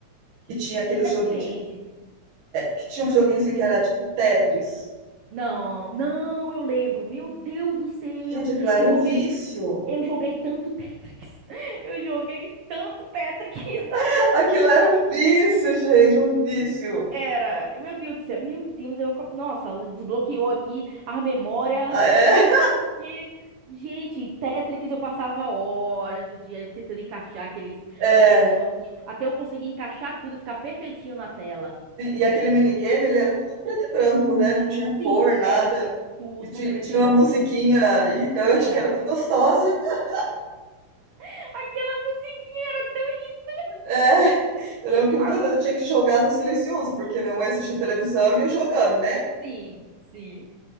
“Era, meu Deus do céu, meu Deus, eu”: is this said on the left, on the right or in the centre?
Right